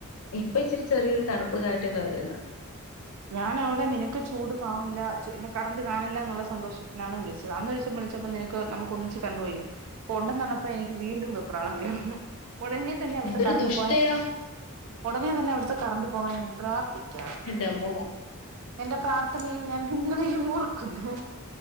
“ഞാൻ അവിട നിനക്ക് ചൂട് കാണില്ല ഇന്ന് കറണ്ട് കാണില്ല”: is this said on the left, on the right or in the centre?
Right